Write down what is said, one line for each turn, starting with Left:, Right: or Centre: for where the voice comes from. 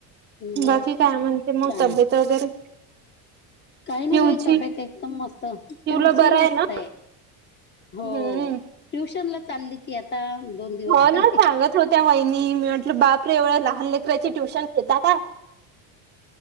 Left: मग
Right: बाकी काय म्हणजे मग
Left: काय
Right: तब्येत वगैरे
Left: काही नाही
Right: पिऊची
Left: बाई तब्येत एकदम मस्त
Right: पिऊला
Left: पिवची
Right: बरं
Left: मस्त
Right: ना
Left: आहे हो
Right: हम्म
Left: ट्युशन ला चालली ती आता दोन दिवस
Right: हो ना
Left: झाले
Right: सांगत होत्या वहिणी म्हटलं बापरे एवढ्या लहान लेकची ट्युशन घेता का